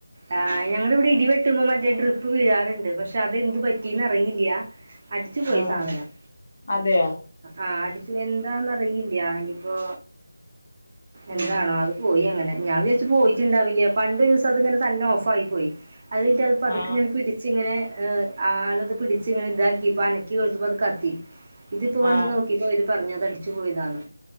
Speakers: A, on the right; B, on the left.
A: ആ ഞങ്ങടെ ഇവിടെ ഇടി വെട്ടുമ്പ മറ്റെ ട്രിപ്പ് വീഴാറ്ണ്ട്. പക്ഷെ അത് എന്ത്‌ പറ്റീന്ന് അറിയില്ല. അടിച്ച് പോയി
B: ആഹ
A: സാധനം
B: അതെയോ
A: ആഹ് അടിച്ചു. എന്താന്ന് അറിയില്ല ഇഞ്ഞ്പ്പോ എന്താണോ
B: ഉം
A: അത് പോയി അങ്ങനെ. ഞാൻ വിചാരിച്ച് പോയിട്ടുണ്ടാവില്ല. പണ്ടൊരു ദിവസം അത് ഇങ്ങനെ തന്നെ ഓഫായി പോയി അത് അത് പതുക്കെ
B: ആ
A: ഇങ്ങനെ പിടിച്ച് ഇങ്ങനെ ആളത് പിടിച്ച് ഇങ്ങനെ ഇതാക്കി ഇപ്പ അനക്കി നോക്ക്യേപ്പം അത് കത്തി. ഇതിപ്പൊ
B: ആ
A: വന്ന് നോക്ക്യേപ്പോ അവര് പറഞ്ഞത് അടിച്ചു പോയതാന്ന്.